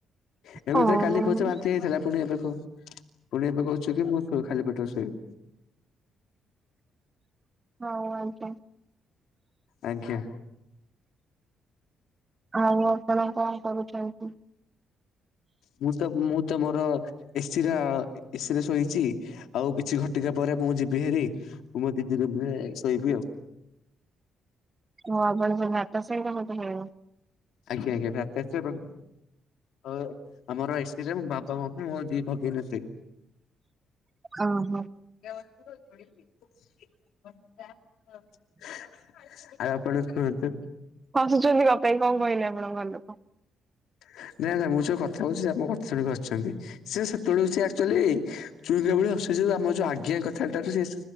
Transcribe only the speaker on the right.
ହଁ।
ହିଁ ଆଉ କଣ?
ଆଉ ଆପଣ କଣ କରୁଛନ୍ତି?
ହଁ ଆପଣ ଯୋଉ ଭାତ ସହାତ ମୋତେ ଖାଇବ।
ଓ ହୋ।
କାହୁଛନ୍ତି <unintelligible> କଣ କହିଲେ ଆପଣଙ୍କ ଘର ଲୋକ?